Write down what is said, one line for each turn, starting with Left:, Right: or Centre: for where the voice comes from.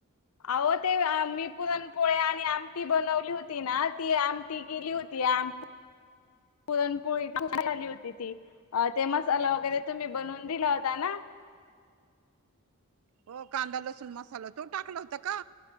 Left: आहो ते मी पुरणपोळ्या आणि आमटी बनवली होती ना, ती आमटी गेली होती आम-
Right: <inaudible>
Left: पुरणपोळी <unintelligible> झाली होती ती. अ ते मसाला वगैरे, तुम्ही बनवून दिला होता ना?
Right: हो कांदा, लसून, मसाला- तो टाकला होता का?